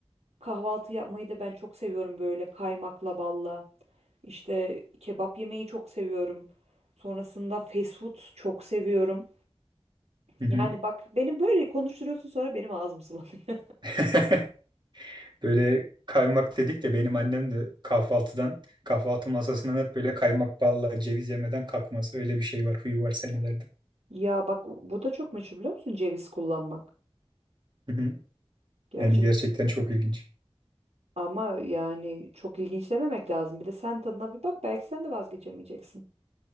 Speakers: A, on the right (about 85°); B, on the right (about 45°).
A: Kahvaltı yapmayı da ben çok seviyorum böyle kaymakla balla. İşte kebap yemeyi çok seviyorum. Sonrasında fast food çok seviyorum.
B: Hı hı.
A: Yani bak beni böyle konuşturuyorsun sonra benim ağzım sulanıyor.
B: <laughs> Böyle kaymak dedik de benim annem de kahvaltıdan, kahvaltı masasından hep böyle kaymak balla ceviz yemeden kalkmaz. Öyle bir şey var, huyu var senelerde.
A: <laughs> Ya bak bu da çok meşhur biliyor musun ceviz kullanmak.
B: Hı hı.
A: Gerçek
B: Yani gerçekten çok ilginç.
A: ama yani çok ilginç dememek lazım. Bir de sen tadına bir bak belki sen de vazgeçemeyeceksin.